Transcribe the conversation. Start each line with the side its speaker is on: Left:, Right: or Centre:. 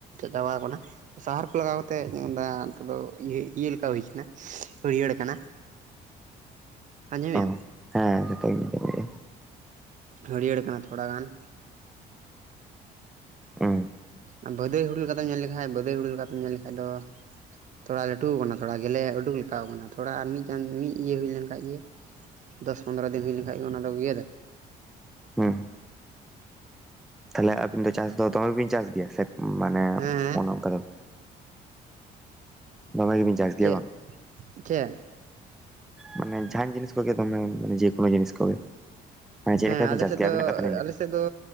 Right: ᱫᱟᱵᱟᱣ ᱟᱠᱟᱱᱟ᱾ ᱥᱟᱦᱟᱨ ᱠᱚ ᱞᱟᱜᱟᱣ ᱠᱟᱛᱮᱫ ᱚᱱᱟᱱᱤᱛᱚᱜ ᱫᱚ ᱤᱭᱟᱹ ᱤᱭᱟᱹ ᱞᱮᱠᱟ ᱦᱩᱭ ᱟᱠᱟᱱᱟ ᱦᱟᱹᱲᱭᱟᱹᱲ ᱠᱟᱱᱟ᱾ ᱟᱸᱡᱚᱢᱮ
Centre: ᱚ
Right: ᱟᱢ?
Centre: ᱦᱮᱸ ᱡᱷᱚᱛᱚᱧ ᱟᱸᱡᱚᱢᱮᱜ-ᱟ᱾
Right: ᱦᱟᱹᱨᱭᱟᱹᱲ ᱠᱟᱱᱟ ᱛᱷᱚᱲᱟ ᱜᱟᱱ
Centre: ᱦᱩᱸ
Right: ᱟᱨ ᱵᱟᱹᱫᱟᱹᱭ ᱦᱩᱲᱩ ᱞᱮᱠᱟᱛᱮᱢ ᱧᱮᱞ ᱞᱮᱠᱷᱟᱡ ᱵᱟᱹᱫᱟᱹᱭ ᱦᱩᱲᱩ ᱞᱮᱠᱟᱛᱮᱢ ᱧᱮᱞ ᱞᱮᱠᱷᱟᱡ ᱫᱚ ᱛᱷᱚᱲᱟ ᱞᱟᱹᱴᱩ ᱟᱠᱟᱱᱟ ᱛᱷᱚᱲᱟ ᱜᱮᱞᱮ ᱩᱰᱩᱠ ᱞᱮᱠᱟ ᱠᱟᱱᱟ ᱛᱷᱚᱲᱟ ᱟᱨ ᱢᱤᱫ ᱢᱤᱫ ᱤᱭᱟᱹ ᱦᱩᱭ ᱞᱮᱱᱠᱟᱱ ᱜᱮ ᱫᱚᱥ ᱯᱚᱸᱫᱽᱨᱚ ᱫᱤᱱ ᱦᱩᱭ ᱞᱮᱠᱷᱟᱡ ᱜᱮ ᱚᱱᱟ ᱫᱚ ᱜᱮᱫᱟᱠᱚ᱾
Centre: ᱦᱩᱸ ᱛᱟᱦᱚᱞᱮ ᱟᱵᱤᱱ ᱫᱚ ᱪᱟᱥ ᱫᱚ ᱫᱚᱢᱮ ᱵᱤᱱ ᱪᱟᱥ ᱜᱮᱭᱟ ᱥᱮ ᱢᱟᱱᱮ
Right: ᱦᱮᱸ
Centre: ᱚᱱᱮ ᱚᱱᱠᱟ ᱫᱚ ᱫᱚᱢᱮ ᱜᱮᱵᱤᱱ ᱪᱟᱥ ᱜᱮᱭᱟ
Right: ᱪᱮᱫ
Centre: ᱵᱟᱝ?
Right: ᱪᱮᱫ
Centre: ᱢᱟᱱᱮ ᱡᱟᱦᱟᱸᱱ ᱡᱤᱱᱤᱥ ᱠᱚᱜᱮ ᱫᱚᱢᱮ ᱢᱟᱱᱮ ᱡᱮᱠᱳᱱᱳ ᱡᱤᱱᱤᱥ ᱠᱚᱜᱮ᱾ ᱢᱟᱱᱮ ᱪᱮᱫ
Right: ᱦᱮᱸ
Centre: ᱞᱮᱠᱟ
Right: ᱟᱞᱮ
Centre: ᱵᱤᱱ ᱪᱟᱥ
Right: ᱥᱮᱫ
Centre: ᱜᱮᱭᱟ
Right: ᱫᱚ,
Centre: ᱟᱵᱤᱱᱟᱜ ᱠᱟᱛᱷᱟ ᱞᱤᱧ
Right: ᱟᱞᱮ
Centre: ᱞᱟᱹᱭᱫᱟ
Right: ᱥᱮᱫ ᱫᱚ